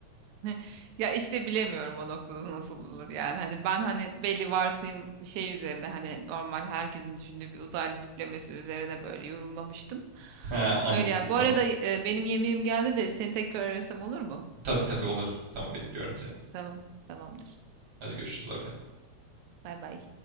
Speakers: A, on the right; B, on the right.
A: <laughs> Ya işte bilemiyorum o noktada nasıl olur yani hani ben hani belli varsayım bir şey üzerine hani normal herkesin düşündüğü bir uzaylı tiplemesi üzerine böyle yorumlamıştım.
B: Ha, anladım
A: Öyle yani bu
B: tamam.
A: arada e, benim yemeğim geldi de seni tekrar arasam olur mu?
B: Tabii tabii olur. Tamam bekliyorum seni.
A: Tamam tamamdır.
B: Hadi görüşürüz bay bay.
A: Bay bay.